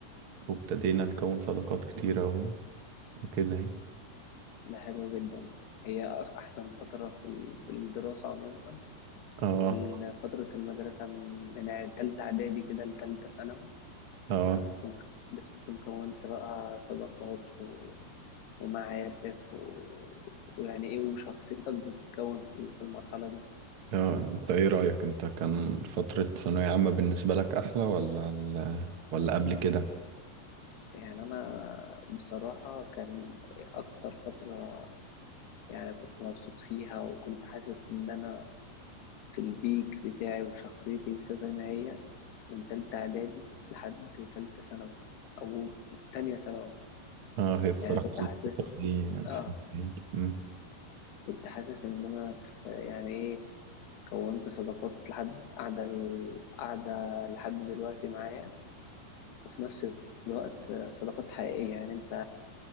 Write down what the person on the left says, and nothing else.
ده حلو جدا هي أحسن فترة في ال- في الدراسة عموما
ال- فترة المدرسة من من تالتة إعدادي كده لتالتة ثانوي
بتكون بتكون كونت بقى صداقات و... ومعارف و... ويعني إيه وشخصيتك بتتكون في في المرحلة دي
يعني أنا بصراحة كان أكتر فترة يعني كنت مبسوط فيها وكنت حاسس إن أنا في البيك بتاعي وشخصيتي لسه زي ما هي من تالتة إعدادي لحد تالتة ثانوي أو تانية ثانوي
يعني كنت
حاسس
اه
كنت حاسس إن أنا في يعني إيه كونت صداقات لحد قاعدة قاعدة لحد دلوقتي معايا وفي نفس الوقت صداقات حقيقية يعني أنت